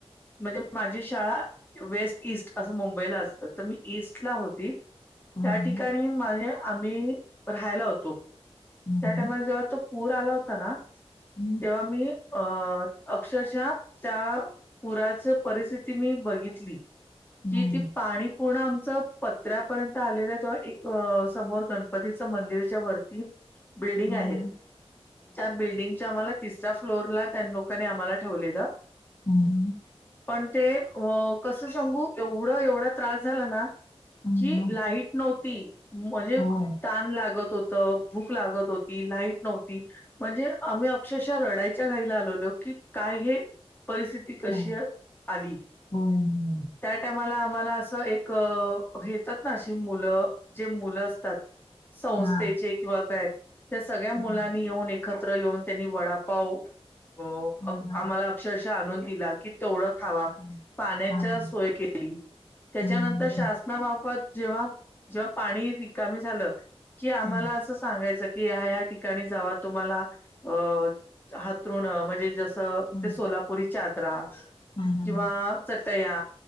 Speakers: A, on the left; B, on the left.
A: म्हणजे माझी शाळा वेस्ट ईस्ट असं मुंबईला असतं तर मी ईस्ट ला होती.
B: हा
A: त्या
B: हा.
A: ठिकाणी माझे आम्ही राहायला होतो
B: हम्म,
A: त्या टायमा जवा तो पूर आला होता ना
B: हम्म,
A: तेव्हा मी अ अक्षरशः त्या पुराच परिस्थिती मी बघितली.
B: हम्म,
A: कि ती पाणी पूर्ण आमचं प त्र्यापर्यंत आलेल्या तेव्हा एक समोर गणपतीच मंदिराच्या वरती बिल्डिंग
B: हम्म,
A: आहे त्या बिल्डिंगच्या आम्हाला तिसरा फ्लोरला त्यां लोकांनी आम्हाला ठेवलेलं
B: हम्म,
A: पण ते हो कसं सांगू एवढं-एवढा त्रास झाला ना
B: हम्म,
A: कि
B: हम्म.
A: लाईट नव्हती म्हणजे
B: होय
A: ताण लागत होती. तर भूक लागत होती लाईट नव्हती. म्हणजे आम्ही अक्षरशः रडायच्या घाईला आलोलो की काय हे परिस्तिथी ती कशी
B: काय?
A: आली
B: होय होय.
A: त्या टायमाला आम्हाला असं एक हे त्यात ना अशी मुलं जे मुलं असतात संस्थेचे
B: हा
A: किंवा काय त्या सगळ्या मुलांनी
B: हम्म,
A: येऊन एकत्र येऊन त्यांनी वडापाव अ
B: हा हा
A: आम्हाला तशा आणून दिला की तेवढं खावा
B: हा
A: पाण्याच्या
B: हा हा.
A: सयके त्याच्यानंतर
B: हम्म,
A: शासनामार्फत जेव्हा जेव्हा पाणी विकामी झालं कि आम्हाला
B: हम्म,
A: असं सांगायच की या या ठिकाणी जावा तुम्हाला अ अथरुन म्हणजे जस
B: हम्म,
A: ते सोलापुरी चादरा
B: हा, हा.
A: किंवा चटया